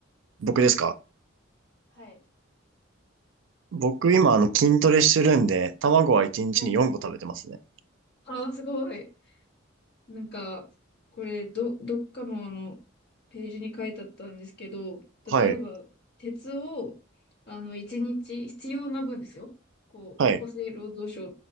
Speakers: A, on the right; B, on the left.
A: 僕ですか
B: はい。
A: 僕今あの筋トレしてるんで、卵は1日に4個食べてますね。
B: はい。あーすごい。なんか、これ、ど、どっかのあの、ページに書いてあったんですけど、例えば、
A: はい、
B: 鉄を、あの、一日、必要な分ですよ。こう、
A: はい、
B: 厚生労働省、